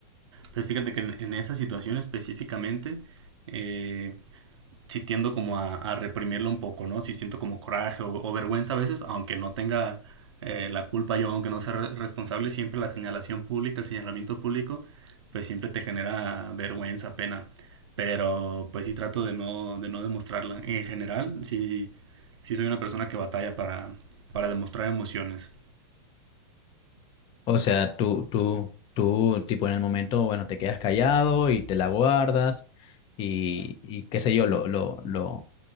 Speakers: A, on the right; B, on the left.
A: Pues fíjate que en, en esa situación específicamente, eh, sí tiendo como a, a reprimirlo un poco, ¿no? Sí siento como coraje o, o vergüenza a veces, aunque no tenga eh, la culpa yo, aunque no sea re- responsable, siempre la señalación pública, el señalamiento público, pues siempre te genera vergüenza, pena. Pero pues sí trato de no, de no demostrarla. En general, sí, sí soy una persona que batalla para, para demostrar emociones.
B: O sea, tú, tú, tú, tipo en el momento, bueno, te quedas callado y te la guardas y, y qué sé yo, lo, lo, lo,